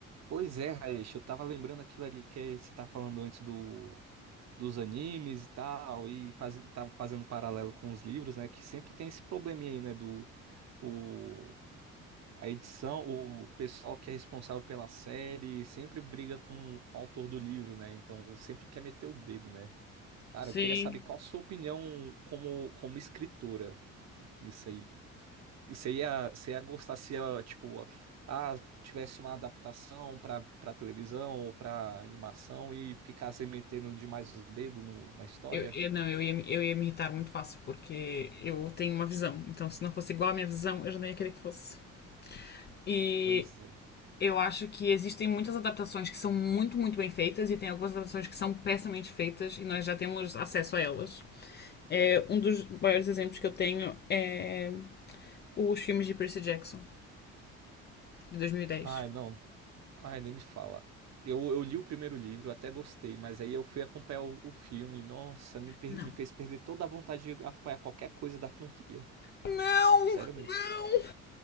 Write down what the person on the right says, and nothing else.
Pois é, Raish, eu tava lembrando aquilo ali que você tá falando antes do, dos animes e tal, e faz, tava fazendo paralelo com os livros, né? Que sempre tem esse probleminha aí, né? Do o, a edição, o pessoal que é responsável pela série sempre briga com o autor do livro, né? Então sempre quer meter o dedo, né? Cara,
eu queria saber qual a sua opinião como, como escritora nisso aí. Você ia, você ia gostar se, ó, tipo, ah, tivesse uma adaptação pra, pra televisão ou pra animação e ficasse metendo demais os dedos no- na história?
Pois é.
Ai, não. Ai, nem me fala. Eu, eu li o primeiro livro, até gostei, mas aí eu fui acompanhar o, o filme. Nossa, me, per-
me fez perder toda a vontade de acompanhar qualquer coisa da franquia.
Sério
mesmo.